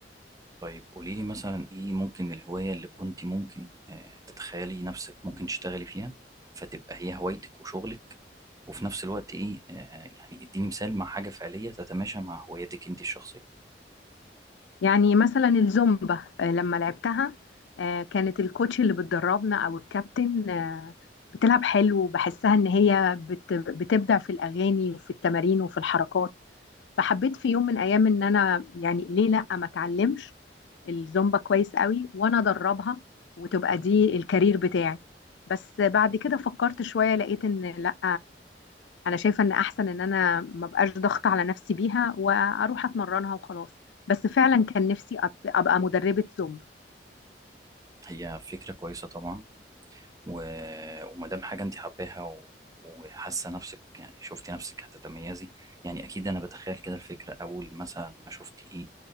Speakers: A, on the right; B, on the left.
A: طيب قولي لي مثلا إيه ممكن الهواية اللي كنت ممكن آه، تتخيلي نفسك ممكن تشتغلي فيها فتبقى هي هوايتك وشغلك وفي نفس الوقت إيه آه، يعني اديني مثال مع حاجة فعلية تتماشى مع هوايتك أنت الشخصية
B: يعني مثلا الزومبا آه، لما لعبتها آه، كانت الكوتش اللي بتدربنا او الكابتن آه، بتلعب حلو وبحسها ان هي بت- بتبدع في الاغاني وفي التمارين وفي الحركات فحبيت في يوم من ايام ان انا يعني ليه لا ما اتعلمش الزومبا كويس قوي وانا ادربها وتبقى دي الكارير بتاعي بس بعد كده فكرت شوية لقيت ان لا انا شايفه ان احسن ان انا ما بقاش ضغط على نفسي بيها واروح اتمرنها وخلاص بس فعلا كان نفسي أب- ابقى مدربه زومبا
A: هي فكرة كويسة طبعا و... وما دام حاجة انت حباها و... وحاسة نفسك يعني شفتي نفسك هتتميزي يعني اكيد انا بتخيل كده الفكرة اول مثلا ما شفتي ايه